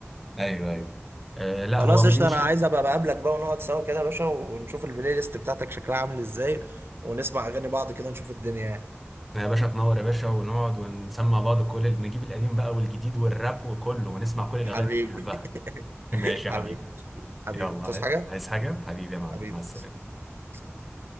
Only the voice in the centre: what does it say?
ايوه ايوه آه لا
هو
دي مشكله
يا باشا تنور يا باشا ونقعد ونسمع بعض كل اللي نجيب القديم بقى والجديد والراب وكله ونسمع كل الاغاني
اللي بنحبها <laughs>
ماشي يا
حبيبي
يلا
عايز حاجه حبيبي يا معلم
مع السلامه